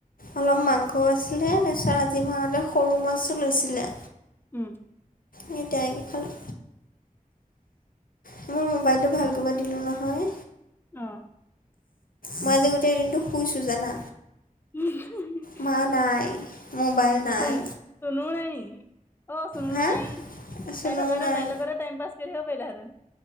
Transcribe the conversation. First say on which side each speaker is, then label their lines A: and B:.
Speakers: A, on the left (about 75°); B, on the left (about 15°).
A: অলপ মাংসও আছিলে, তাৰপিছত আজি মাহতে সৰু মাছো লৈছিলে।
B: উম।
A: আমি তেনেকৈ খালোঁ। মোৰ মোবাইলটো ভাল কৰিব দিলোঁ নহয়।
B: অঁ।
A: মই আজি গোটেই দিনটো শুইছো, জানা!
B: <unintelligible>
A: মা নাই, মোবাইল নাই।
B: চুন চুনুও নাই নেকি? অ, সুনোটো
A: হা
B: নাই,
A: চুনো
B: তাই থকা হেতেন
A: নাই
B: তাইৰ লগতে টাইম-পাছ কৰি থাকিব পাৰিলাহেঁতেন।